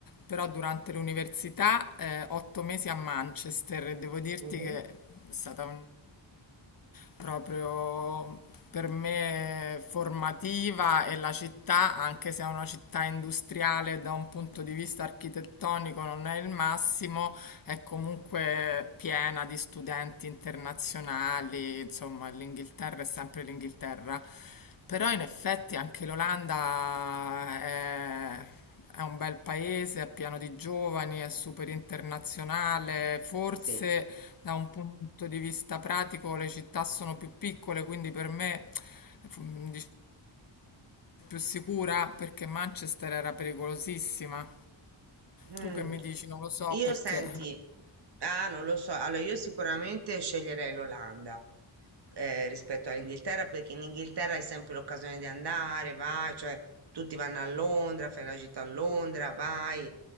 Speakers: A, on the left (about 45°); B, on the right (about 55°).
A: Però durante l'università, eh, otto mesi a Manchester, e devo dirti
B: Mhm,
A: che è stata un- proprio per me formativa e la città, anche se è una città industriale da un punto di vista architettonico non è il massimo, è comunque piena di studenti internazionali, insomma, l'Inghilterra è sempre l'Inghilterra. Però in effetti anche l'Olanda è, è un bel paese, è pieno di giovani, è super internazionale. Forse
B: Sì.
A: da un punto di vista pratico le città sono più piccole, quindi per me fu- mi dice più sicura perché Manchester era pericolosissima.
B: Mm.
A: Tu che mi dici? Non lo so
B: Io
A: perché.
B: senti, ah, non lo so, allora io sicuramente sceglierei l'Olanda eh, rispetto all'Inghilterra perché in Inghilterra hai sempre l'occasione di andare, vai, cioè tutti vanno a Londra, fai la gita a Londra, vai.